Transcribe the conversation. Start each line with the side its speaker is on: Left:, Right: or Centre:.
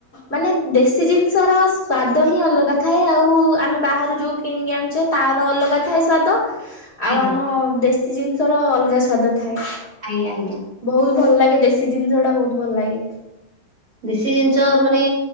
Left: ମାନେ ଦେଶୀ ଜିନିଷର ସ୍ଵାଦ ହିଁ ଅଲଗା ଥାଏ ଆଉ ଆମେ ବାହାରୁ ଯଉ କିଣିକି ଆଣୁଛେ ତାର ଅଲଗା ଥାଏ ସ୍ଵାଦ। ଆଉ
Right: ଆଜ୍ଞା
Left: ଆମ ଦେଶୀ ଜିନିଷ ର ଅଲଗା ସ୍ଵାଦ ଥାଏ,
Right: ଆଜ୍ଞା ଆଜ୍ଞା
Left: ବହୁତ ଭଲ ଲାଗେ ଦେଶୀ ଜିନିଷ ଟା ବହୁତ ଭଲ ଲାଗେ।
Right: ସେ ଜିନିଷ ମାନେ